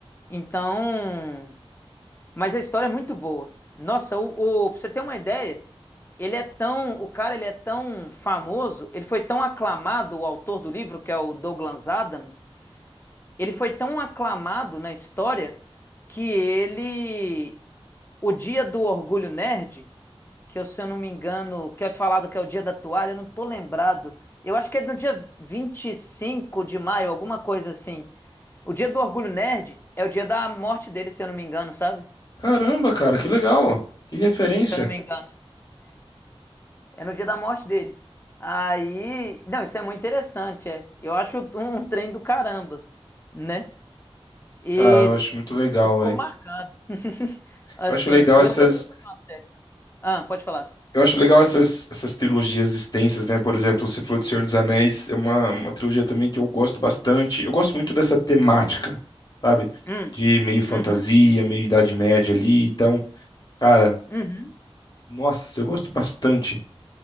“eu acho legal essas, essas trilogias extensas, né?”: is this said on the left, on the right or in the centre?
Left